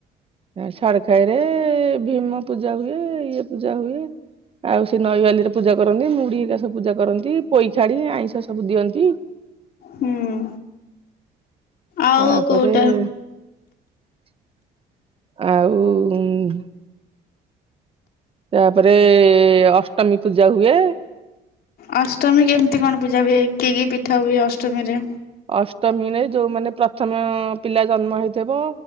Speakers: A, on the right; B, on the left.
A: ଛାଡ଼ ଖାଇରେ ଭୀମ ପୂଜା ହୁଏ ଇଏ ପୂଜା ହୁଏ। ଆଉ ସେ ନଈବାଲି ରେ ପୂଜା କରନ୍ତି ମୁଢ଼ି ହେରିକା ସବୁ ପୂଜା କରନ୍ତି ପୋଇଖାଡ଼ି ଆଇଁଷ ସବୁ ଦିଅନ୍ତି।
B: ହୁଁ ଆଉ
A: ତାପରେ
B: କୋଉଠି।
A: ଆଉ ତାପରେ ଅଷ୍ଟମୀ ପୂଜା ହୁଏ।
B: ଅଷ୍ଟମୀ କେମିତି କଣ ପୂଜା ହୁଏ କି କି ପିଠା ହୁଏ ଅଷ୍ଟମୀରେ।
A: ଅଷ୍ଟମୀରେ ଯୋଉମାନେ ପ୍ରଥମ ପିଲା ଜନ୍ମ ହେଇଥିବ